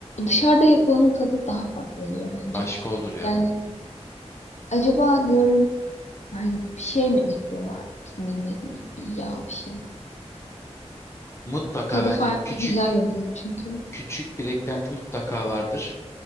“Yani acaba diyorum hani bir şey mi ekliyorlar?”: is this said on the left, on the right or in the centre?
Left